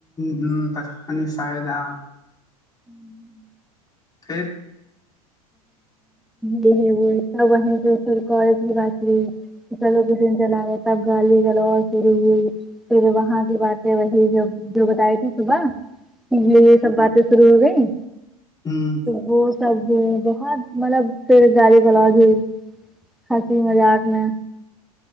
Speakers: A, on the left (about 20°); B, in the centre.
A: ہ تت شائےیدہاں
B: ہوں
A: پھر
B: گ رہ ہوئے تب وہ جو کالج کی بات چلو ک سن چلگےتاب گال گو چری گی پھر وہاں کی بات سے وہی جو بتائی تھی صبح بجے سب بات سرو ہو گ
A: ہوں
B: وہ سب بہت مطلب فیر گاری کولا گئی ہنسی مزاق میں